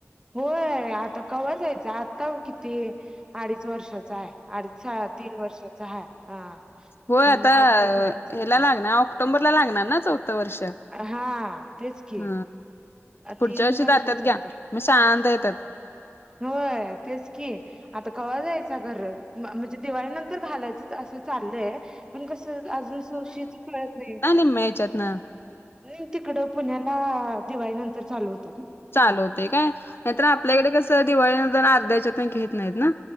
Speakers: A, on the right; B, on the left.
A: होय आता कवर जायचं आता किती अडीच वर्षाचा आहे अडीच तीन वर्षाचा हा हा
B: हो आता
A: मग कुठे जायचं?
B: हला लागणार ऑक्टोबरला लागणार ना चौथं वर्ष
A: हा तेच की
B: ह पुढच्या
A: तीन
B: वर्षी
A: वर्षात
B: जातात
A: चालत
B: घ्या मग शांत येतात
A: होय तेच की आता कवा्हा जायचा घर म्हणजे दिवाळी नंतर घालायचं असं चाललंय पण कसं अजून सोशीच कळत नाही
B: म्यायच्यात ना
A: नाही तिकडं पुण्याला दिवाळी नंतर चालू होत
B: चाल होते काय नाहीतर आपल्याकडे कसं दिवाळीनंतर अर्ध्याच्यात घेत नाहीत ना